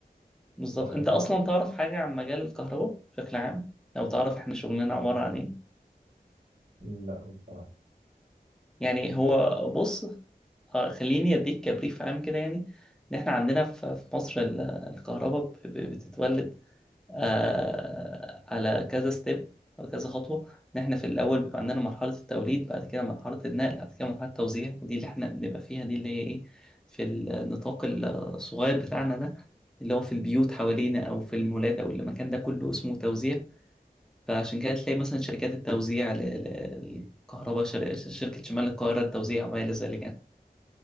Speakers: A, in the centre; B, on the right (about 65°).
A: بالظبط
B: صح
A: انت
B: كده؟
A: اصلا تعرف حاجه عن مجال الكهرباء بشكل عام لو تعرف احنا شغلنا عباره عن ايه
B: لا بصراحة
A: يعني هو بص آه، خليني اديك كبريف عام كده يعني ان احنا عندنا في في مصر ال- الكهرباء ب- ب- بتتولد آه على كذا ستيب او كذا خطوه ان احنا في الاول بيبقى عندنا مرحله التوليد بعد كده مرحله النقل بعد كده مرحله التوزيع ودي اللي احنا بنبقى فيها دي اللي هي ايه في النطاق الصغير بتاعنا ده اللي هو في البيوت حوالينا او في المولات او المكان ده كله اسمه توزيع فعشان كده تلاقي مثلا شركات التوزيع للكهرباء شركه شمال القاهره التوزيع وما الى ذلك يعني